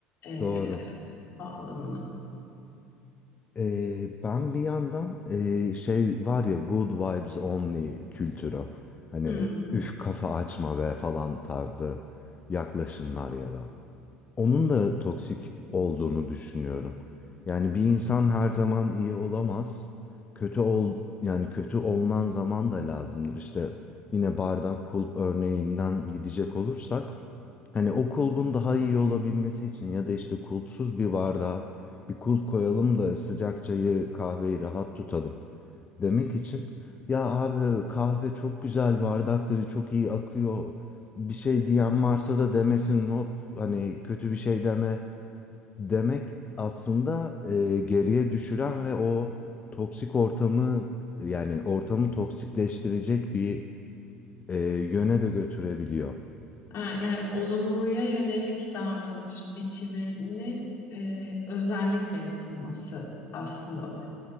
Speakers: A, on the left (about 55°); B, on the left (about 30°).
A: e,
B: doğru.
A: bağlamını.
B: Ee, ben bir yandan ee, şey var ya good vibes only kültürü. Hani
A: Hmm.
B: üf kafa açma ve falan tarzı yaklaşımlar ya da onun da toksik olduğunu düşünüyorum. Yani bir insan her zaman iyi olamaz. Kötü ol yani kötü olunan zaman da lazımdır. İşte yine bardak kulp örneğinden gidecek olursak hani o kulbun daha iyi olabilmesi için ya da işte kulpsuz bir bardağa bir kulp koyalım da sıcak çayı kahveyi rahat tutalım demek için ya abi kahve çok güzel bardakları çok iyi akıyor bir şey diyen varsa da demesin hop hani kötü bir şey deme demek aslında e, geriye düşüren ve o toksik ortamı yani ortamı toksikleştirecek bir e, yöne de götürebiliyor.
A: Ha, Yani olumluya yönelik davranış biçiminin e, özellikle yapılması aslında. o.